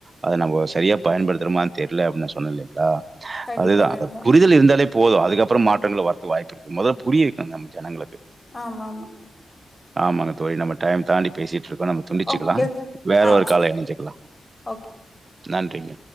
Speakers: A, on the right (about 45°); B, on the left (about 30°).
A: அத நம்போ சரியா பயன்படுத்துறோமா தெர்ல அப்டின் நா சொன்ன இல்லைங்களா
B: கண்டிப்பா
A: அதுதா
B: கண்டிப்பா
A: புரிதல் இருந்தாலே போது அதுக்கப்பறம் மாற்றங்கள வரத்து வாய்ப்பு இருக்கு மொதல்ல புரிய வைக்கனுங்க நம்ம ஜனங்களுக்கு
B: ஆமா ஆமா
A: ஆமாங்க தோழி நம்ம டைம் தாண்டி பேசிட்ருக்கோ நம்ம துண்டிச்சுக்கலா
B: ஓகே
A: வேற
B: ஆ
A: ஒரு கால்ல எணஞ்சுக்கலா
B: ஓகே
A: நன்றிங்க